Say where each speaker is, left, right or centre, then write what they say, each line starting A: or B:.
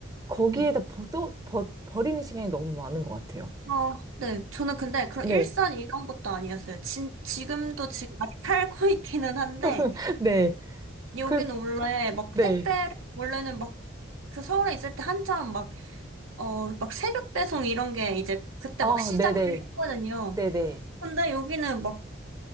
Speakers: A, on the right (about 20°); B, on the right (about 85°).
A: 거기에다
B: 네.
A: 버, 또 버, 버리는 시간이 너무 많은 것 같아요.
B: 어, 네. 저는 근데 그런
A: 네.
B: 일산 이런 것도 아니었어요. 진, 지금도 지금 아직 <laughs> 살고 있기는 한데
A: <laughs> 네.
B: 여긴
A: 그,
B: 원래 막
A: 네.
B: 택배를, 원래는 막 그 서울에 있을 때 한참 막, 어, 막 새벽 배송 이런 게 이제 그때
A: 아,
B: 막 시작을
A: 네네.
B: 했거든요.
A: 네네.
B: 근데 여기는 막